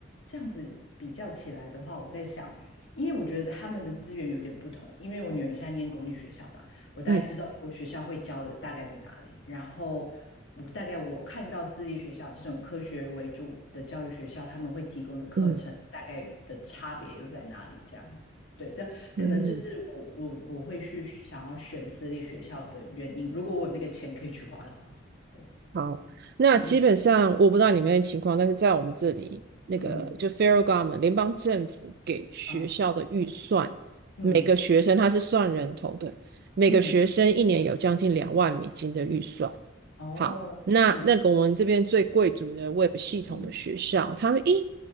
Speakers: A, on the left; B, on the right.
A: 这样子比较起来的话，我在想。因为我觉得他们的资源有点不同，因为我女儿现在念公立学校嘛，我大概知道说学校会教的大概在哪里，
B: 嗯
A: 然后我大概我看到私立学校这种科学为主的教育学校，他们会提供的课程大概的差别又在哪里这样子。
B: 嗯嗯
A: 对，这可能就是我我我会去想要选私立学校的原因，
B: 嗯嗯。
A: 如果我有那个钱可以去花的话，对，
B: 好，那基本上我不知道你们的情况，
A: 嗯
B: 但是在我们这里，那个就
A: 嗯
B: federal government 联邦政府给学校的预算，
A: 嗯嗯
B: 每个学生他是算人头的，每个学生一年有将近两万美金的预算。
A: 嗯嗯，哦，
B: 好，那那个我们这边最贵族的
A: 嗯
B: Web 系统的学校，
A: 嗯
B: 他们一，